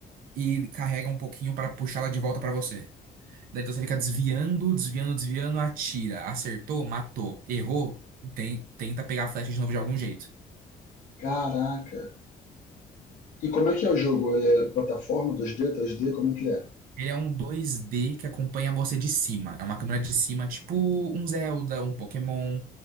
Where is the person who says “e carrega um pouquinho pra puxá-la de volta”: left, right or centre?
Right